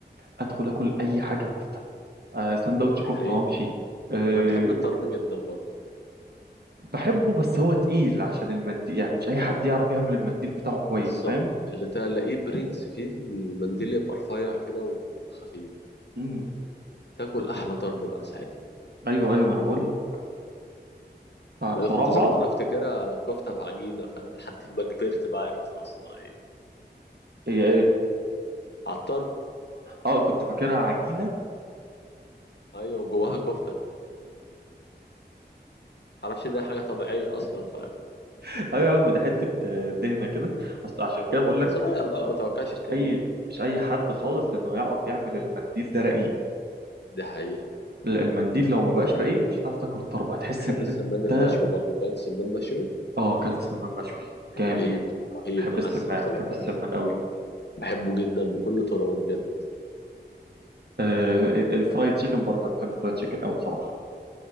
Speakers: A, on the right; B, on the left.
A: ادخل اكل اي حاجه كفته آه، سندوتش
B: دي
A: كفته
B: حقيقة
A: وامشي أه
B: أنا بحب الطرب جدا برضه
A: بحبه بس هو تقيل عشان المنديل يعني مش اي حد يعرف يعمل المنديل بتاعه كويس
B: بالظبط
A: فاهم
B: اللي تلاقيه برنس فيه المنديل يبقى رفيع كده وخفيف
A: امم
B: تاكل أحلى طرب بقى ساعتها
A: ايوه ايوه انا بقول لك فبصراحه
B: انا كنت زمان بفتكرها كفته في عجينه فاهم لحد ما كبرت بقى عرفت اصلا ايه
A: هي ايه
B: عطار
A: اه كنت فاكرها عجينه
B: ايوه وجواها كفته معرفش ان هي حاجه طبيعيه اصلا فاهم
A: <laughs> ايوه يا عم دي حته آه، دهنه كده بس عشان
B: انا
A: كده بقول
B: كنت
A: لك
B: صغير بقى ما اتوقعش
A: مش
B: الكلام
A: اي
B: ده
A: مش اي حد خالص انه يعرف يعمل المنديل ده رقيق
B: دي حقيقه
A: لا، المنديل لو ما بقاش رقيق مش هتعرف تاكل الطرب هتحس
B: بحب
A: ان
B: السمان
A: انت
B: المشوي برضه اكلت سمان مشوي
A: اه اكلت سمان مشوي جامد
B: رهيب رهيب
A: بحب
B: معسل
A: السمان
B: كده
A: بحب
B: فاهم
A: السمان قوي
B: بحبه جدا بكل طرقه بجد
A: آه الفرايد تشيكن برضه أنا بحب الفرايد تشيكن أوي بصراحة